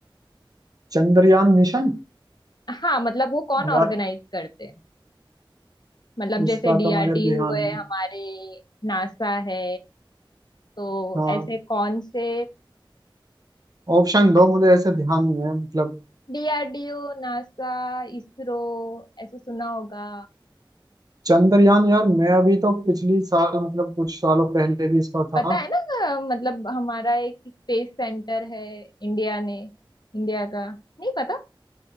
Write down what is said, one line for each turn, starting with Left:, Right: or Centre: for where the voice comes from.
Right: चंद्रयान मिशन
Left: है? हाँ मतलब वो कौन ऑर्गेनाइज
Right: यार
Left: करते हैं मतलब जैसे
Right: इसका
Left: डीआरडीओ
Right: तो मुझे ध्यान
Left: है
Right: नहीं
Left: हमारे नासा है तो
Right: हाँ
Left: ऐसे कौन से
Right: ऑप्शन दो मुझे ऐसे ध्यान नहीं है मतलब
Left: डीआरडीओ नासा इसरो ऐसे सुना होगा
Right: चंद्रयान यार मैं अभी तो पिछली साल मतलब कुछ सालों पहले भी इसका था
Left: पता है ना मतलब हमारा एक स्पेस सेंटर है इंडिया ने इंडिया का नहीं पता